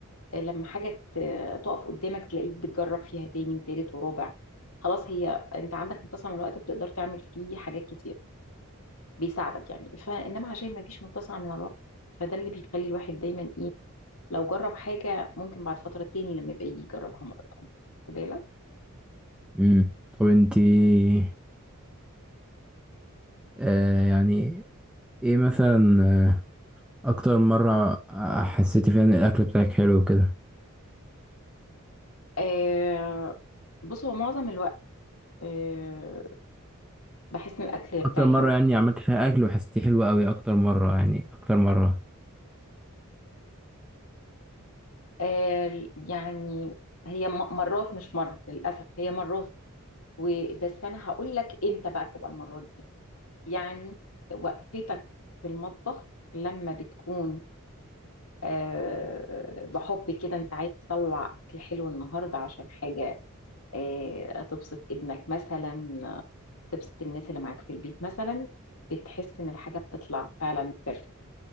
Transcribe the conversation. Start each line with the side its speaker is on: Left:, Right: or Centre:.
Left: لما حاجة ت- تقف قدامك تلاقيك بتجرب فيها تاني وتالت ورابع خلاص هي انت عندك متسع من الوقت بتقدر تعمل فيه حاجات كتير بيساعدك يعني فانما عشان ما فيش متسع من الوقت فده اللي بيخلي الواحد دايما ايه لو جرب حاجة ممكن بعد فترة تاني لما يبقى يجي يجربها مرة تانية خد بالك
Centre: أمم، طب انتي آه يعني ايه مثلا آه أكتر مرة آه، حسيتي فيها إن الأكل بتاعك حلو كده
Left: آه بص هو معظم الوقت آه بحس ان الاكل بتاعي
Centre: أكتر مرة
Left: حلو
Centre: يعني عملتي فيها أكل وحسيتيه حلو أوي أكتر مرة يعني أكتر مرة
Left: آه يعني هي م- مرات مش مرة للاسف هي مرات وبس انا هقول لك امتى بقى بتبقى المرات دي يعني وقفتك في المطبخ لما بتكون آه، بحب كده انت عايز تطلع اكل حلو النهارده عشان حاجه آه، تبسط ابنك مثلا آه، تبسط الناس اللي معاك في البيت مثلا بتحس ان الحاجه بتطلع فعلا بيرفكت